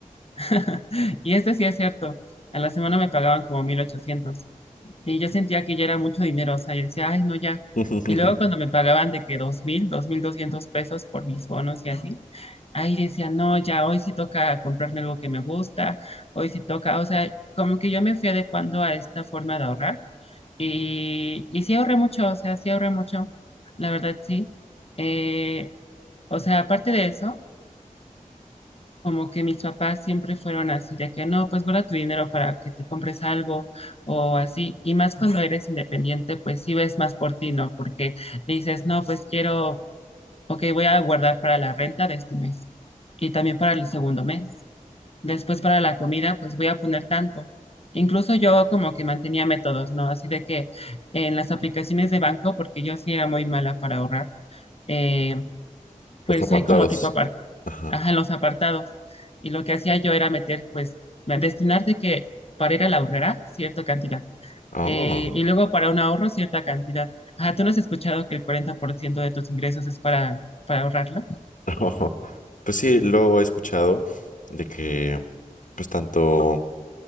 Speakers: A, on the left; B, on the left.
A: <laughs> Y este sí es cierto. A la semana me pagaban como mil ochocientos Y yo sentía que ya era mucho dinero. O sea, yo decía, ay, no, ya.
B: <laughs>
A: Y luego cuando me pagaban de que dos dos mil dos mil doscientos pesos por mis bonos y así, ahí decía, no, ya, hoy sí toca comprarme algo que me gusta. Hoy sí toca. O sea, como que yo me fui adecuando a esta forma de ahorrar. Y, y sí ahorré mucho. O sea, sí ahorré mucho. La verdad, sí. Eh, o sea, aparte de eso como que mis papás siempre fueron así, de que no, pues guarda tu dinero para que te compres algo o así. Y más cuando eres independiente, pues sí ves más por ti, ¿no? Porque dices, no, pues quiero, ok, voy a guardar para la renta de este mes y también para el segundo mes. Después para la comida, pues voy a poner tanto. Incluso yo como que mantenía métodos, ¿no? Así de que en las aplicaciones de banco, porque yo sí era muy mala para ahorrar, eh,
B: Los
A: pues
B: apartados.
A: soy como tipo aparte
B: Ajá.
A: ajá, en los apartados. Y lo que hacía yo era meter, pues, me- destinar de que para ir a la ahorrera cierta cantidad.
B: Oh.
A: eh, y luego para un ahorro cierta cantidad. Ajá, ¿tú no has escuchado que el 40% de tus ingresos es para, para ahorrarlo?
B: <laughs> Pues sí, luego he escuchado de que, pues tanto,